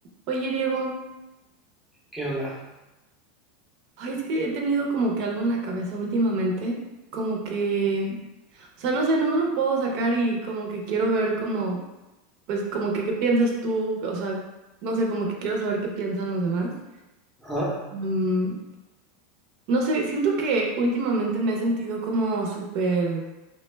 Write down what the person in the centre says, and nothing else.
¿Qué onda?
Ajá.